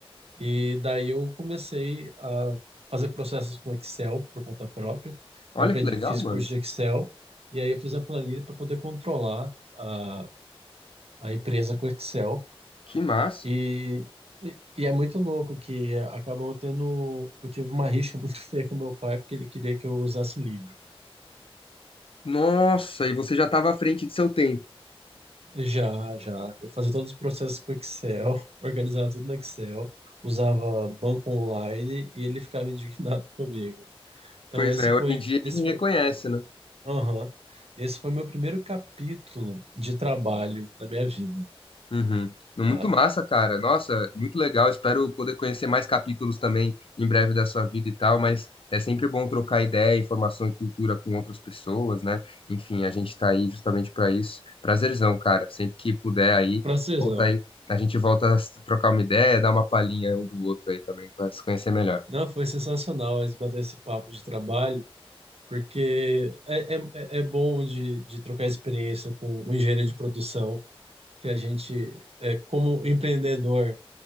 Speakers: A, on the right; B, on the left.
A: E daí eu comecei a fazer processos com Excel por conta própria.
B: Olha
A: Eu aprendi,
B: que legal,
A: fiz
B: mano.
A: curso de Excel e aí eu fiz a planilha para poder controlar a, a empresa com Excel.
B: Que massa.
A: E, e, e é muito louco que acabou tendo. Eu tive uma rixa muito <laughs> feia com meu pai porque ele queria que eu usasse livro.
B: Nossa, e você já estava à frente de seu tempo.
A: Já, já. Eu fazia todos os processos com Excel, <laughs> organizava tudo no Excel, usava banco online e ele ficava indignado <laughs> comigo. Então
B: Pois
A: esse
B: é,
A: foi,
B: hoje em dia
A: esse
B: ele reconhece,
A: foi,
B: né?
A: Aham. Esse foi meu primeiro capítulo de trabalho na minha vida,
B: Uhum. Muito
A: tá?
B: massa, cara. Nossa, muito legal. Espero poder conhecer mais capítulos também em breve da sua vida e tal, mas é sempre bom trocar ideia, informação e cultura com outras pessoas, né? Enfim, a gente tá aí justamente para isso. Prazerzão, cara. Sempre que puder aí,
A: Francesão.
B: volta aí. A gente volta a se trocar uma ideia, dar uma palhinha um do outro aí também para se conhecer melhor.
A: Não, foi sensacional eles bater esse papo de trabalho, porque é, é, é bom de, de trocar experiência com o engenheiro de produção, que a gente, é, como empreendedor